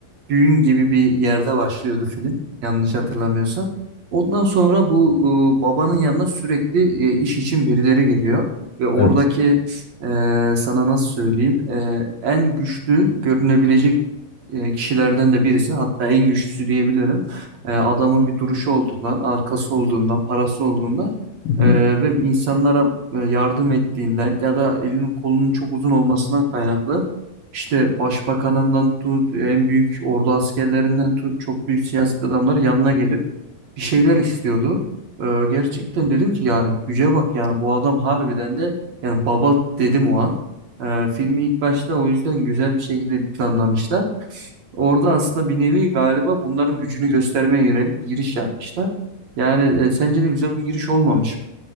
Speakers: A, on the right; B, on the left.
A: düğün gibi bir yerde başlıyordu film yanlış hatırlamıyorsam. Ondan sonra bu e, babanın yanına sürekli e, iş için birileri geliyor ve oradaki
B: Evet.
A: e, sana nasıl söyleyeyim e, en güçlü görünebilecek e, kişilerden de birisi hatta en güçlüsü diyebilirim. E, adamın bir duruşu olduğundan, arkası olduğundan, parası olduğundan
B: Hı
A: ee,
B: hı.
A: ve insanlara e, yardım ettiğinden ya da elinin kolunun çok uzun olmasından kaynaklı işte başbakanından tut en büyük ordu askerlerinden tut çok büyük siyaset adamları yanına gelip bir şeyler istiyordu. Ee, gerçekten dedim ki yani güce bak yani bu adam harbiden de yani baba dedim o an. Ee, filmi ilk başta o yüzden güzel bir şekilde planlamışlar. Orada aslında bir nevi galiba bunların gücünü göstermeye yönelik bir giriş yapmışlar. Yani e, sence de güzel bir giriş olmamış mı?